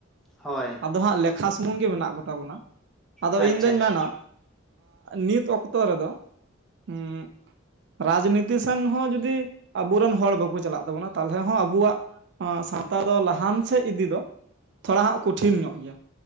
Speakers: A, in the centre; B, on the right (about 60°).
A: ᱦᱳᱭ᱾
B: ᱟᱫᱚ ᱦᱟᱸᱜ ᱞᱮᱠᱷᱟ ᱥᱩᱢᱩᱝ ᱜᱮ ᱢᱮᱱᱟᱜ ᱠᱚᱛᱟ ᱵᱚᱱᱟ, ᱟᱫᱚ
A: ᱟᱪᱪᱷᱟ
B: ᱤᱧ ᱫᱩᱧ
A: ᱟᱪᱪᱷᱟ
B: ᱢᱮᱱᱟ ᱱᱤᱛ ᱚᱛᱠᱛᱚ ᱨᱮᱫᱚ ᱦᱩᱸ ᱨᱟᱡᱽᱱᱤᱛᱤ ᱥᱮᱱ ᱦᱚᱸ ᱡᱩᱫᱤ ᱟᱵᱚᱨᱮᱱ ᱦᱚᱲ ᱵᱟᱠᱚ ᱪᱟᱞᱟᱜ ᱛᱟᱵᱚᱱᱟ᱾ ᱛᱟᱦᱚᱞᱮ ᱦᱚᱸ ᱟᱵᱚᱣᱟᱜ ᱥᱟᱶᱛᱟ ᱫᱚ ᱞᱟᱦᱟᱱ ᱥᱮᱫ ᱤᱫᱤ ᱫᱚ ᱛᱷᱚᱲᱟ ᱦᱟᱸᱜ ᱠᱚᱴᱷᱤᱱ ᱧᱚᱜ ᱜᱮᱭᱟ᱾